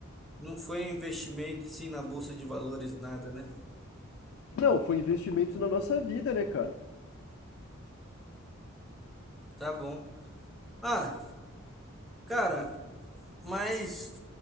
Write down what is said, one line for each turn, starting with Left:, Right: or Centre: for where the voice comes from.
Centre: não foi investimento assim na bolsa de valores nada, né?
Left: Não, foi investimentos na nossa vida, né, cara?
Centre: Tá bom. Ah, cara, Mas